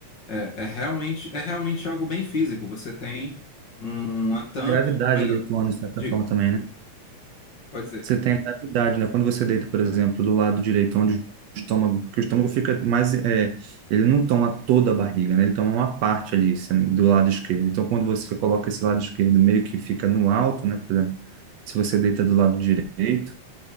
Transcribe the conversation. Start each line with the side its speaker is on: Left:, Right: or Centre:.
Left: é, é realmente é realmente algo bem físico. Você tem um- uma tampa,
Right: A gravidade
Left: melhor,
Right: ali atuando de certa
Left: diga,
Right: forma também, né?
Left: pode dizer.
Right: Você tem a gravidade, né? Quando você deita, por exemplo, do lado direito, onde o estômago, porque o estômago fica mais, é, ele não toma toda a barriga, né? Ele toma uma parte ali, se- do lado esquerdo. Então, quando você coloca esse lado esquerdo meio que fica no alto, né? Por exemplo, se você deita do lado direito,